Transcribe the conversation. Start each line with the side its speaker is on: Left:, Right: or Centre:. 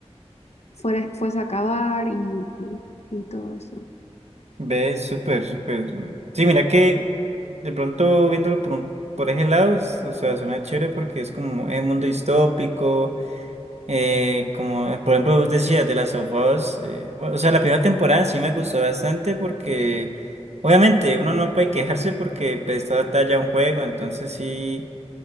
Left: fuera, fuese a acabar y, y y todo eso.
Right: Ve, súper, súper. Sí, mira que de pronto viéndolo por, un- por ese lado, es- o sea, suena chévere porque es como un mundo distópico, eh, como eh, por ejemplo vos decías de las of Us, eh, bueno, o sea, la primera temporada sí me gustó bastante porque obviamente uno no puede quejarse porque pues, está adaptada ya a un juego, entonces sí